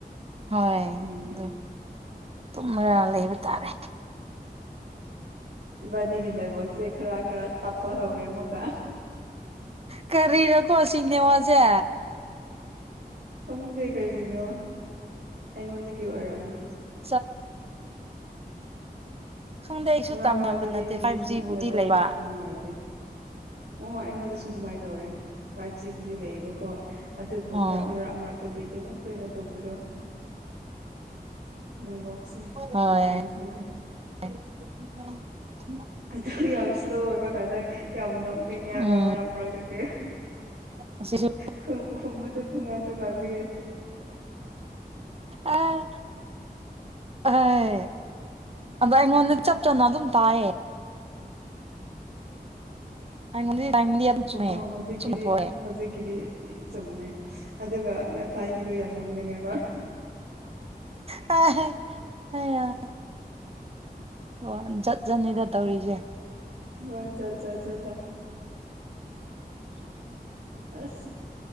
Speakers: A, on the right (about 35°); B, on the right (about 85°).
A: ꯍꯣꯏ
B: ꯎꯝ
A: ꯑꯗꯨ ꯇꯨꯝꯔꯒ ꯂꯩꯕ ꯇꯥꯔꯦ
B: ꯏꯕꯥꯅꯤꯒꯤꯗꯕꯁꯦ ꯈꯔ ꯈꯔ ꯇꯞꯄ ꯍꯧꯔꯦ ꯑꯃꯨꯛꯀ
A: ꯀꯔꯤꯔꯣꯀꯣ ꯁꯤꯅꯦꯃꯁꯦ
B: ꯈꯪꯗꯦ ꯀꯩꯒꯤꯅꯣ ꯑꯩꯉꯣꯟꯗꯒꯤ ꯑꯣꯏꯔꯝꯃꯤ
A: <unintelligible> ꯈꯪꯗꯦꯑꯩꯁꯨ
B: ꯃꯔꯛ
A: ꯇꯝꯉꯝꯕ
B: ꯃꯔꯛꯇꯗꯤ
A: ꯅꯠꯇꯦ
B: ꯑꯩꯉꯣꯟꯗꯁꯨ
A: ꯐꯥꯏꯚ ꯖꯤꯕꯨꯗꯤ
B: ꯅꯦꯠꯋꯥꯛꯁꯦ
A: ꯂꯩꯕ
B: ꯌꯥꯝ ꯅꯨꯡꯉꯥꯏꯇꯦ ꯑꯣ ꯑꯩꯉꯣꯟꯗꯁꯨ ꯑꯗꯨꯃꯥꯏꯅ ꯇꯧꯋꯦ ꯐꯥꯏꯚ ꯖꯤꯕꯨꯗꯤ ꯂꯩꯌꯦꯕꯀꯣ ꯑꯗꯨꯕꯨ
A: ꯑꯣ
B: ꯈꯔ ꯃꯔꯛ ꯃꯔꯛꯇꯗꯤ ꯑꯗꯨꯝ ꯑꯩ ꯀꯈꯣꯏꯩꯅꯣ ꯇꯧꯕꯗꯣ ꯅꯦꯠꯋꯥꯛꯁꯦ
A: ꯍꯣꯏ
B: ꯀꯩꯒꯤꯅꯣ ꯈꯪꯗꯦ
A: <inaudible>
B: ꯑꯗꯨ ꯌꯥꯝ ꯁ꯭ꯂꯣ ꯑꯣꯏꯕ ꯀꯥꯟꯅ ꯌꯥꯝ ꯅꯣꯛꯅꯤꯡꯉꯦꯕ
A: ꯎꯝ
B: ꯃꯔꯛ ꯃꯔꯛꯇꯨꯗꯤ
A: ꯑꯁꯤꯁꯨ
B: ꯈꯨꯝ ꯈꯨꯝꯕꯗꯨ ꯇꯨꯡꯉꯥꯟ ꯇꯨꯡꯉꯥꯟꯂꯤꯑ
A: ꯑꯥ ꯑꯦ ꯑꯗ ꯑꯩꯉꯣꯟꯗ ꯆꯞ ꯆꯥꯅ ꯑꯗꯨꯝ ꯇꯥꯏꯑꯌꯦ <inaudible>
B: ꯑ ꯍꯧꯖꯤꯛꯀꯤꯗꯤ
A: ꯆꯨꯝꯅ ꯊꯣꯛꯑꯦ
B: ꯍꯧꯖꯤꯛꯀꯤꯗꯤ ꯆꯨꯝꯃꯦ ꯑꯗꯨꯒ ꯑꯩꯒꯤꯗꯣ ꯌꯥꯝ ꯅꯧꯅꯤꯡꯉꯦꯕ
A: ꯑ ꯑ ꯑꯣ ꯖꯠ ꯖꯠꯅꯤꯗ ꯇꯧꯔꯤꯁꯦ
B: ꯍꯣꯏ ꯆꯠꯖꯠꯂꯦ ꯑꯁ